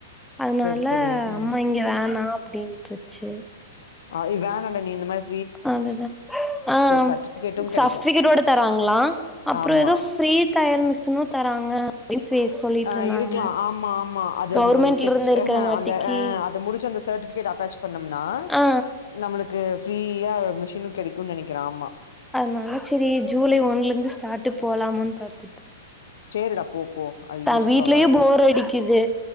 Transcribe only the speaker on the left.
சரி சரி ம்
அ து வேண்டாடா நீ இந்த மாறி
சர்டிபிகேட்டும் கெடைக்கு
ஆமா
ஆ இருக்கலா ஆமா ஆமா அது
தச்சு
ஆ அந்த முடி அந்த சர்டிபிகேட் அட்டாச் பண்ணம்னா
நம்மளுக்கு அது ஃப்ரீயா மிஷினு கிடைக்கு நினைக்கிறே ஆமா
சேரிடா போ போ அது
யூஸ்ஃபுல்லா
தா இருக்கு